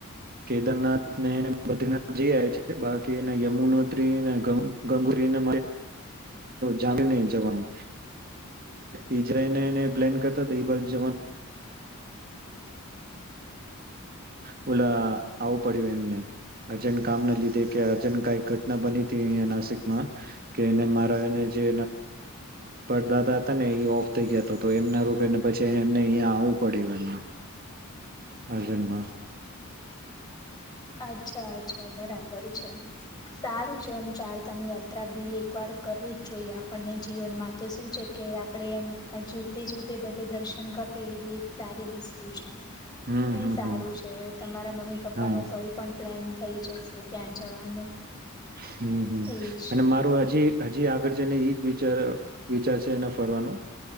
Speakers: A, on the right (about 45°); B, on the left (about 20°).
A: કેદારનાથ ને બદ્રીનાથ જઈ આવે છે બાકી એને યમુનોત્રીને ગંગુરીને જામી જવાનું ઈજરાયને વાિકથીજ ઓલા આવું પડ્યું એમનેજ કામ ના લીધે ક ઘટના બની નાસિકમાં કે મારા એ જે પરદાદા હતા ને એ ઓફ થઈ ગયા તો એમના રોગ ને પછી એમને અયા આવું પડ્યું એમને હ જન્માં
B: અચ્છા અચ્છા બરાબર છે સારું છે આમ ચારધામ યાત્રા બી એકવાર કરવું જ જોઈએ આપણને જીવનમાં તો શું છે કે આપડે એમ જીવતે જીવતે બધે દર્શન કરી લે એ બી એક સારી વસ્તુ છે
A: હમ
B: નઈ
A: હમ
B: સારું
A: હમ
B: છે તમારા મમ્મી પપ્પા
A: હા
B: ન પણ પ્લેન થઈ જશે ત્યાં જવાનું
A: હમ હમ
B: એજ
A: અને મારું હજી હજી આગળ છેને એ જ વિચાર વિચાર છે એના ફરવાનો